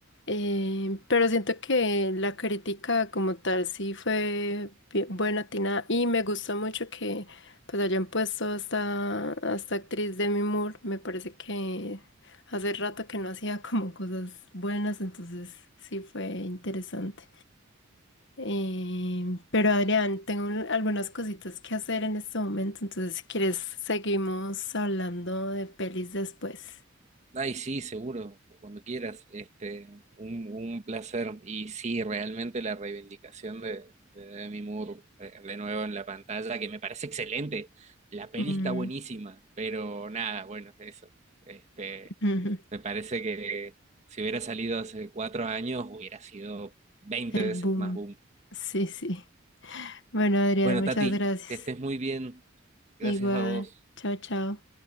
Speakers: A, on the left; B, on the right.
A: eh, pero siento que la crítica como tal sí fue bien- buena, atinada, y me gustó mucho que pues hayan puesto a esta, a esta actriz Demi Moore, me parece que hace rato que no hacía como cosas buenas, entonces sí fue interesante. Eh, pero Adrián, tengo un- algunas cositas que hacer en este momento, entonces si quieres seguimos hablando de pelis después.
B: Ay, sí, seguro, cuando quieras. Este, un, un placer. Y sí, realmente la reivindicación de, de Demi Moore, eh, de nuevo en la pantalla, que me parece excelente. La peli
A: Mm,
B: está buenísima, pero nada, bueno, eso. Este,
A: <laughs> ujú,
B: me parece que si hubiera salido hace cuatro años, hubiera sido 20
A: el
B: veces
A: boom.
B: más boom.
A: Sí, sí. Bueno, Adrián,
B: Bueno,
A: muchas
B: Tati,
A: gracias.
B: que estés muy bien. Gracias
A: Igual.
B: a vos.
A: Chao, chao.